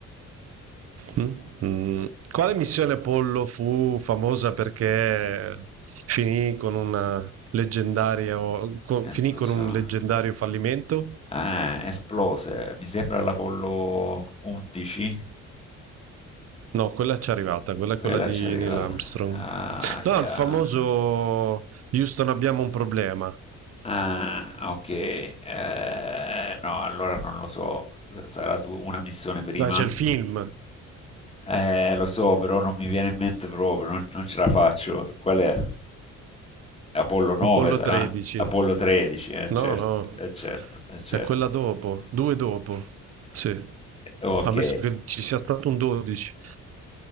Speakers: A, on the right (about 55°); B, on the left (about 20°).
A: Mm? Mm. Quale missione Apollo fu famosa perché finì con una leggendaria, con- finì
B: Esplosione.
A: con un leggendario fallimento?
B: Ah, esplose. Mi sembra l'Apollo 11.
A: No, quella ci è arrivata, quella è
B: Quella
A: quella di
B: ci è arrivata.
A: Neil Armstrong.
B: Aia.
A: No, il famoso Houston abbiamo un problema.
B: Ah, ok. Eh, no, allora non lo so. S- Sarà du- una missione prima?
A: Ma C'è il film,
B: Eh, lo so, però non mi viene in mente proprio, non, non ce la faccio. Qual è? Apollo
A: Apollo
B: 9 sarà?
A: 13.
B: Apollo 13, eh
A: No,
B: certo,
A: no,
B: eh certo, eh certo.
A: è quella dopo, due dopo. Sì,
B: Ok,
A: ammesso che ci sia stato un 12.